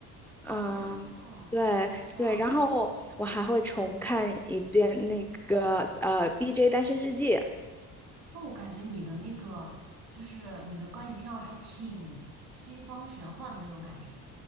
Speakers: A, on the right; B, in the centre.
A: 哦，
B: 嗯，对对，
A: 知道。
B: 然后我还会重看一遍那个呃《BJ 单身日记》。
A: 那我感觉你的那个，就是你的观影票还挺西方玄幻的那种感觉。